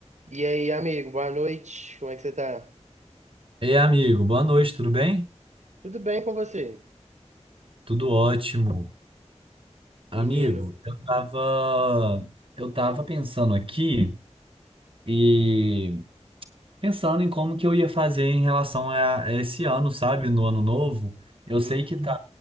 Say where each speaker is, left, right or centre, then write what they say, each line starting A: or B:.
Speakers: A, on the right (about 75°); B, on the right (about 50°).
A: E aí, amigo, boa noite. Como é que você tá?
B: Ei, amigo, boa noite, tudo bem?
A: Tudo bem com você,
B: Tudo ótimo. Amigo,
A: menino?
B: eu tava, eu tava pensando aqui e pensando em como que eu ia fazer em relação a, a esse ano, sabe? No ano novo. Eu
A: Hum.
B: sei que tá,